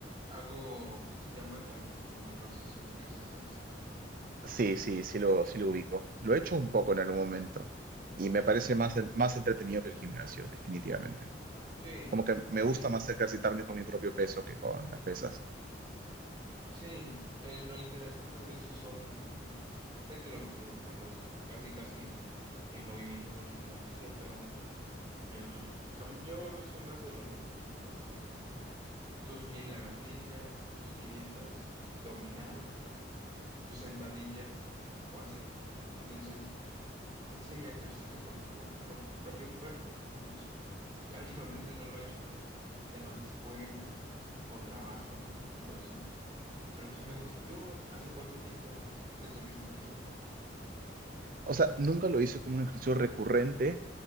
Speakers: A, on the right; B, on the right.
A: hago, se llama calistenia, no sé si ubiques esa disciplina.
B: Sí, sí, sí lo, sí lo ubico. Lo he hecho un poco en algún momento y me parece
A: Ah, sí,
B: más, en- más entretenido que el gimnasio, definitivamente.
A: sí,
B: Como que me
A: sí,
B: gusta
A: sí.
B: más ejercitarme con mi propio peso que con las pesas.
A: Sí, eh, lo interesante de eso son de que los trucos, los casi casi eh, movimientos de gimnasia, pero Em, a yo soy más de lo normal, de lo común. que Tus mil lagartijas, tus 500 dominadas, tus sentadillas o así. Entonces, en sí me ejercito con mi pro- cro- propio cuerpo y pues ya <laughs> últimamente no lo he hecho por temas de escuela o, o trabajo. Entonces, pero sí me gusta. ¿Tú hace cuánto tiempo es- estuviste en eso de la calistenia?
B: O sea, nunca lo hice como un ejercicio recurrente,